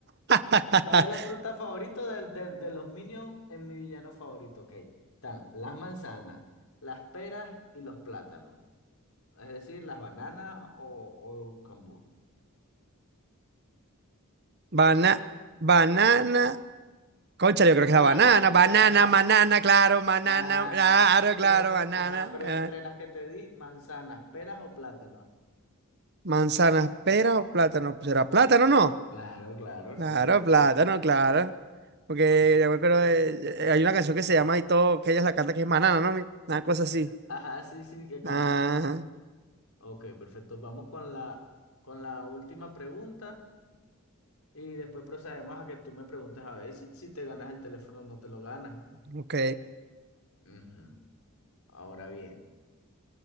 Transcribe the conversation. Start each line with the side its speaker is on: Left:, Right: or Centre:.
Right: <laughs>
Left: ¿Cuál es la fruta favorita del- del- de, los Minions en mi villano favorito? Ok. Están las manzanas, las peras y los plátanos. Es decir, las bananas o, o cambur.
Right: Bana- banana. Cónchale, yo creo que es
Left: La,
Right: la banana.
Left: la op-
Right: Banana,
Left: ya, la-
Right: banana, claro, banana,
Left: la-
Right: claro, claro,
Left: pero-
Right: banana.
Left: ajá, pero
Right: eh.
Left: entre las que te di, manzanas, peras o plátanos.
Right: Manzana, pera o plátano. ¿Será plátano, o no?
Left: Claro, claro, sí,
Right: Claro, plátano,
Left: sí.
Right: claro. Porque
Left: Ajá,
Right: yo me acuerdo de- eh, hay una canción que se llama y todo, que ella la canta que es Manana, ¿no? Mi- Una cosa así.
Left: Ajá, sí, sí, que cantan
Right: Ah,
Left: con... Ok, perfecto. Vamos con la, con la última pregunta y después procedemos a que tú me preguntes a ver si, si te ganas el teléfono o no te lo ganas.
Right: ok.
Left: Ujú. Ahora bien,